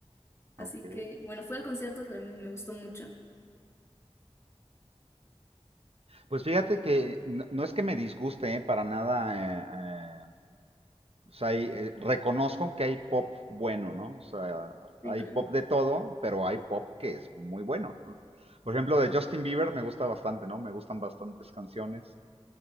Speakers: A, on the left; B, on the right.
A: Así
B: ok.
A: que, bueno, fue al concierto, también me gustó mucho.
B: Pues fíjate que no, no es que me disguste, ¿eh? Para nada. eh, eh, o sea, hay, eh, reconozco que hay pop bueno, ¿no? O sea,
A: Sí,
B: hay
A: claro.
B: pop de todo, pero hay pop que es muy bueno. ¿no? Por ejemplo, de Justin Bieber me gusta bastante, ¿no? Me gustan bastantes canciones.